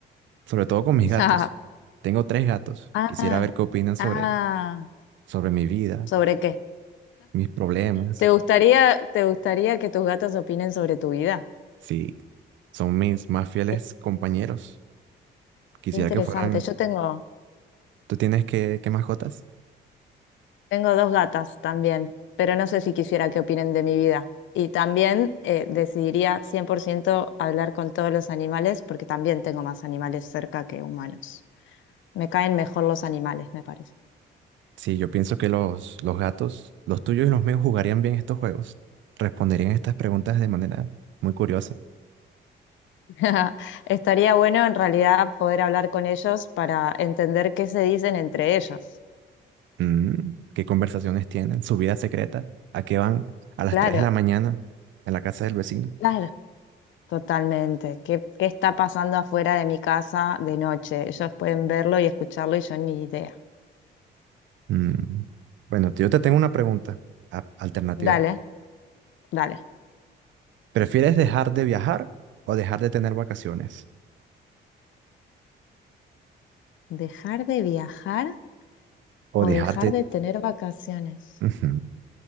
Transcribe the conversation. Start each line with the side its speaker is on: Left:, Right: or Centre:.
Right: sobre todo con mis
Left: <laughs>
Right: gatos. Tengo tres gatos.
Left: Ah,
Right: Quisiera ver qué opinan sobre,
Left: ah,
Right: sobre mi vida,
Left: ¿sobre qué?
Right: mis problemas,
Left: ¿Te gustaría, te gustaría que tus gatos opinen sobre tu vida?
Right: si son mis más fieles
Left: Qué
Right: compañeros. Quisiera
Left: interesante.
Right: que fueran...
Left: Yo tengo,
Right: ¿Tú tienes qué, qué mascotas?
Left: Tengo dos gatas también, pero no sé si quisiera que opinen de mi vida. Y también eh, decidiría 100% hablar con todos los animales, porque también tengo más animales cerca que humanos. Me caen mejor los animales, me parece.
Right: Sí, yo pienso que los, los gatos, los tuyos y los míos, jugarían bien estos juegos. Responderían estas preguntas de manera muy curiosa.
Left: <laughs> Estaría bueno en realidad poder hablar con ellos para entender qué se dicen entre ellos.
Right: Mm, ¿Qué conversaciones tienen? ¿Su vida secreta? ¿A qué van? ¿A las
Left: Claro,
Right: 3 de la mañana? ¿En la casa del vecino?
Left: claro, totalmente. ¿Qué, qué está pasando afuera de mi casa de noche? Ellos pueden verlo y escucharlo y yo ni idea.
Right: Mm, Bueno, yo te tengo una pregunta a- alternativa.
Left: Dale, dale.
Right: ¿Prefieres dejar de viajar o dejar de tener vacaciones?
Left: Dejar de viajar
Right: O
Left: o
Right: dejar
Left: dejar
Right: de...
Left: de tener vacaciones?
Right: Ujú,